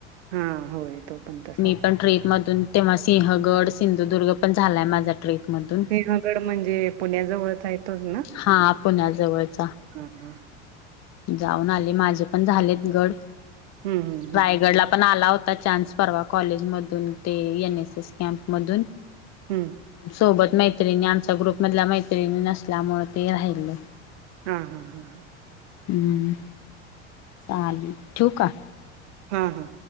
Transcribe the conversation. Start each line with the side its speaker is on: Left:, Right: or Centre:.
Right: हा होय तो पण तसाच
Left: मी पण ट्रीप मधून तेव्हा सिंहगड. सिंधुदुर्ग पण झालाय माझा. ट्रेकमधून
Right: सिंहगड म्हणजे पुण्या जवळच आहे. तोच ना,
Left: हा पुण्याजवळचा
Right: हम हम.
Left: जाऊन आले माझे पण झालेत गड,
Right: हम्म हम्म
Left: रायगडला पण आला होता. आता चान्स परवा कॉलेज मधून, ते एनएस एस कॅम्प मधून.
Right: हम्म
Left: सोबत मैत्रिणी आमच्या ग्रुप मधल्या मैत्रिणी नसल्यामुळे ते राहिले.
Right: हा हा हा हा.
Left: हम्म चालेल ठेऊ का.
Right: हा हा.